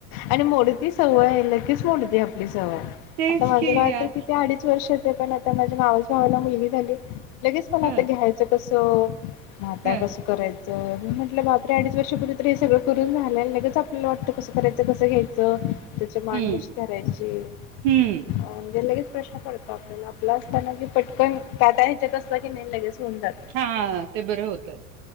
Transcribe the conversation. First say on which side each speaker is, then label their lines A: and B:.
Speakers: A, on the left (about 55°); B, on the right (about 65°).
A: आणि मोडती सवय आहे ल गेच मोडती आपली स व्हय
B: तेच
A: आता माझं
B: की
A: बाळ
B: आ
A: तर किती अडीच वर्ष पण आता माझ्या मावास भावाला मुलगी झाली. लगेच त्याला
B: ह
A: आता घ्यायचं कसं हो म आता
B: ह
A: कसं कराय च मी म्हटलं बापरे अडीच वर्षपूर्वी तर हे सगळं करून झालंय आणि लगेच आपल्याला वाटतं करायचंसं घ्याय च त्याची मान
B: हम्म
A: कशी धरायची
B: हम्म
A: म्हणजे लगेच प्रश्न पडतो आपल्याला आपला असताना कि पटकन काटा ह्याच्यात असला की नाय लगेच होऊन जात.
B: हां ते बरे होतय